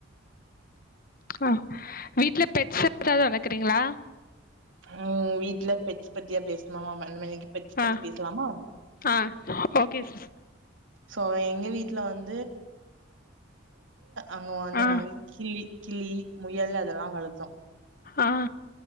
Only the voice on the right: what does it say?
ம் வீட்டுல பெட்ஸ் பத்தியா பேசுவாங்க <unintelligible> பெட்ஸ் பத்தி
பேசலாமா
சோ எங்க வீட்டுல வந் அங்க வந்து
நா கிள்ளி கிள்ளி முயல்ல அதெல்லாம் வளர்த்தோம்